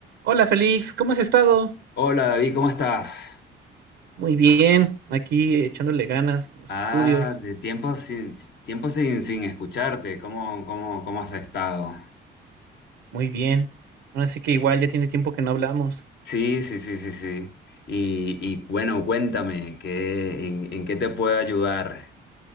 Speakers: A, on the right; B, on the left.
A: Hola Félix, ¿cómo has estado?
B: Hola David, ¿cómo estás?
A: Muy bien, aquí echándole ganas con los
B: Ah,
A: estudios,
B: de tiempo sin, si- tiempo sin, sin escucharte, ¿cómo, cómo, cómo has estado?
A: muy bien. Ahora sí que igual ya tiene tiempo que no hablamos.
B: Sí, sí, sí, sí, sí. Y, y bueno, cuéntame, ¿qué, en, en qué te puedo ayudar?